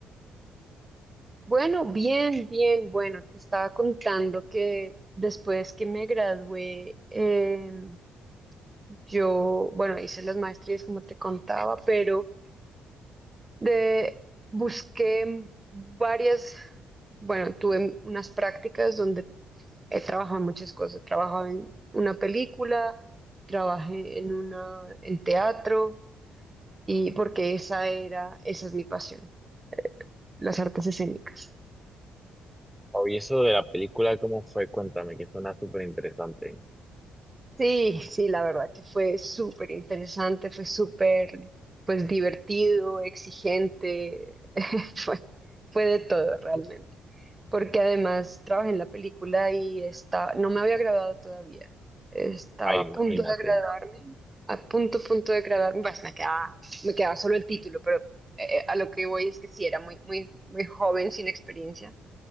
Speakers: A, on the right; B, in the centre.
A: Bueno, bien, bien, bueno, te estaba contando que después que me gradué, em, yo, bueno, hice las maestrías como te contaba, pero... De, busqué varias, bueno, tuve unas prácticas donde he trabajado en muchas cosas. He trabajado en una película, trabajé en una, en teatro, y porque esa era, esa es mi pasión, las artes escénicas.
B: Oye, eso de la película, ¿cómo fue? Cuéntame, que suena súper interesante.
A: Sí, sí, la verdad que fue súper interesante, fue súper, pues, divertido, exigente, <laughs> fue, fue de todo realmente, porque además trabajé en la película y está, no me había graduado todavía, estaba
B: Ay,
A: a
B: imagínate.
A: punto de graduarme, a punto, punto de graduarme, pues me quedaba, me quedaba solo el título, pero eh, a lo que voy es que sí, era muy, muy, muy joven, sin experiencia,